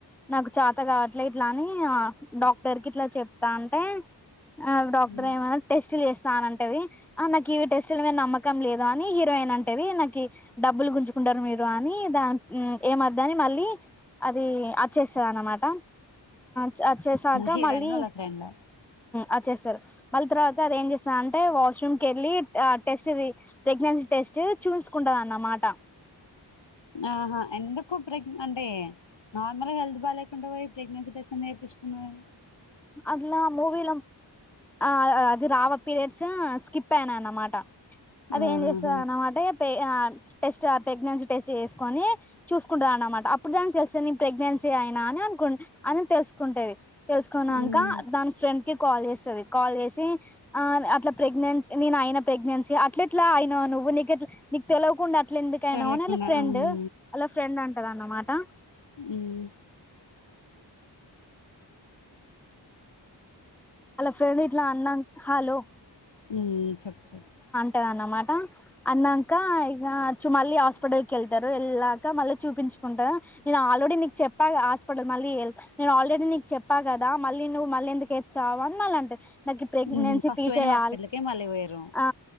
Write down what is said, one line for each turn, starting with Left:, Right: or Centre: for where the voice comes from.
Centre: నాకు చేత గావట్లే ఇట్లా అని ఆ డాక్టర్ కి ఇట్లా చెప్తా అంటే ఆ డాక్టర్
Left: మ్మ్.
Centre: ఏమన్నా టెస్ట్ చేస్తా అనంటది. ఆ నాకు ఇవి టెస్టుల మీద నమ్మకం లేదు అని గిరాయి ఈనంటది నాకి డబ్బులు గుంజుకుంటారు మీరు అని కీ దాన్ మ్ ఏమద్దని మళ్లీ అది వచ్చేస్తదనమాట. చ్ అచ్చేశాక
Left: హీరోయిన్
Centre: మళ్ళీ
Left: వాళ్ళ ఫ్రెండా
Centre: అచ్చేస్తరు మళ్ళీ తర్వాత అది ఏం చేస్తారు అంటే వా ష్ రూమ్ కెళ్ళి ఆ టెస్ట్ ది ప్రెగ్నెన్సీ టెస్ట్ చూయించుకుంటదన్నమాట.
Left: ఆహా ఎందుకు ప్రగ్ అంటే నార్మల్గా హెల్త్ బాలేకుంటే పోయి ప్రెగ్నెన్సీ టెస్ట్ ఎందుకు చేపిచ్చుకుంది ఆమె.
Centre: అట్లా మూవీ లో ఆ ఆ అది రావ పీరియడ్స్ స్కిప్ అయినాయి అనమాట అది
Left: ఆహాహా
Centre: ఏం చేస్తాది అనమాటే పే ఆ టెస్ట్ ప్రెగ్నెన్సీ టెస్ట్ చేసుకొని చూసుకుంటది అనమాట అప్పుడు దానికి తెలుస్తది నేను ప్రెగ్నెన్సీ అయినా అనుకుంట్ అని తెలుసుకుంటది తెలుసుకున్నాంక
Left: ఉమ్
Centre: దాని ఫ్రెండ్ కి కాల్ చేస్తది కాల్ చేసి ఆ అట్లా ప్రెగ్నెన్సీ నేను ఆయన ప్రెగ్నెన్సీ అట్లెట్లా అయినవ్ నువ్వు నీకెట్ల నీకు తెలియకుండా అట్ల ఎందుకైనవ్
Left: తెలియకుండా
Centre: అని ఆళ్ల ఫ్రెండ్
Left: ఉమ్
Centre: ఆళ్ల ఫ్రెండ్ అంటదనమాట.
Left: ఊమ్
Centre: అలా ఫ్రెండ్ ఇట్లా అందన్ హలో
Left: ఊమ్ చెప్పు చెప్
Centre: ట దనమాట అన్నాంక ఇగ చు మళ్ళీ హాస్పిటల్ కెళ్తారు. వెళ్ళాక మళ్ళీ చూపించుకుంటారు. నేను ఆల్రెడీ నీకు చెప్పాగా హాస్పిటల్ మళ్ ళ్లీ నేను ఆల్రెడీ నీకు చెప్పా గదా మళ్ళీ నువ్వు మళ్ళీ ఎందుకు ఎచ్చావు అని మళ్ళీ అంటది. నాకి ప్రెగ్నెన్సీ
Left: ఉహు ఫస్ట్
Centre: తీసేయాల్
Left: పోయిన హాస్పిటల్కే మళ్ళీ పోయిర్రు
Centre: ఆ